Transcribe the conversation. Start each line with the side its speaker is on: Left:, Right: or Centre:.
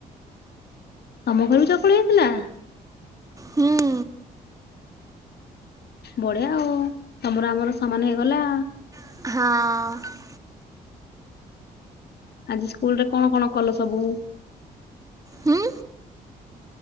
Left: ତମ ଘର ବି ଚକୁଳି ହେଇଥିଲ।
Right: ହୁଁ।
Left: ବଢିଆ ଆଉ ତମର ଆମର ସମାନ ହେଇଗଲା।
Right: ହଁ।
Left: ଆଜି ସ୍କୁଲରେ କଣ କଣ କଲ ସବୁ।
Right: ହୁଁ